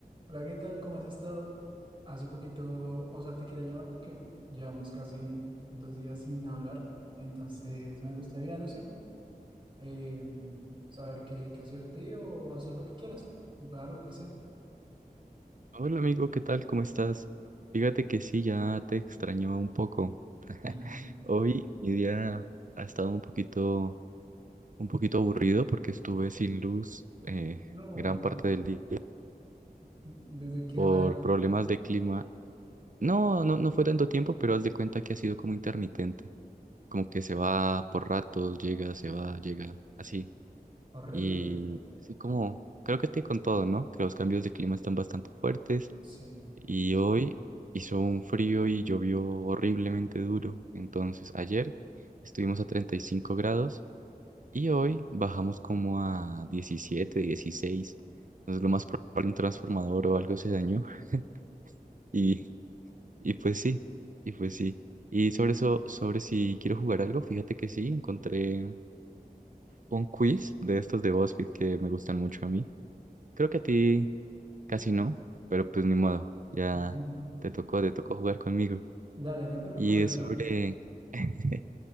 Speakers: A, on the right (about 30°); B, on the right (about 55°).
A: Hola, ¿qué tal? ¿Cómo has estado? Hace poquito, o sea, te quería llamar porque llevamos casi dos días sin hablar, entonces me gustaría, no sé, eh, saber qué, qué ha sido de ti o hacer lo que quieras, jugar, lo que sea.
B: Hola amigo, ¿qué tal? ¿Cómo estás? Fíjate que sí, ya te extrañaba un poco. <laughs>
A: <laughs>
B: Hoy mi día ha estado un poquito, un poquito aburrido porque estuve sin luz eh,
A: No,
B: gran parte del día
A: ¿desde qué
B: por
A: hora?
B: problemas de clima. No, no, no fue tanto tiempo, pero haz de cuenta que ha sido como intermitente, como que se va por ratos, llega, se va, llega, así.
A: Horrible,
B: Y sí, como creo que te con todo, ¿no? Que los cambios de clima están bastante fuertes.
A: sí.
B: Y hoy hizo un frío y llovió horriblemente duro. Entonces ayer estuvimos a 35 grados y hoy bajamos como a 17 dieciséis Entonces lo más probable un transformador o algo se dañó. <laughs> Y, y pues sí, y pues sí. Y sobre eso, sobre si quiero jugar algo, fíjate que sí, encontré un quiz de estos de BuzzFeed que me gustan mucho a mí. Creo que a ti casi no, pero pues ni modo, ya
A: Ujú.
B: te tocó, te tocó jugar conmigo.
A: Dale, no te preocupes,
B: Y es
A: no.
B: sobre... <laughs>